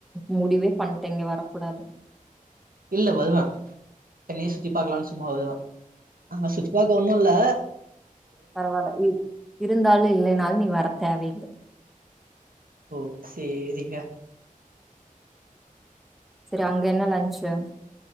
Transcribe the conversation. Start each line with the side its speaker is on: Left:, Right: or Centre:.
Centre: முடிவே பண்ட்ட இங்க வரக்கூடாதுனு
Right: இல்ல வருவ சென்னைய சுத்தி பாக்கலான்னு சும்மா வருவ அங்க சுத்தி பாக்க ஒன்னுல்ல
Centre: பரவால இருந்தாலு இல்லனாலு நீ வர தேவையில்ல
Right: ஓ சேரிங்க
Centre: செரி அங்க என்ன லன்ச்சு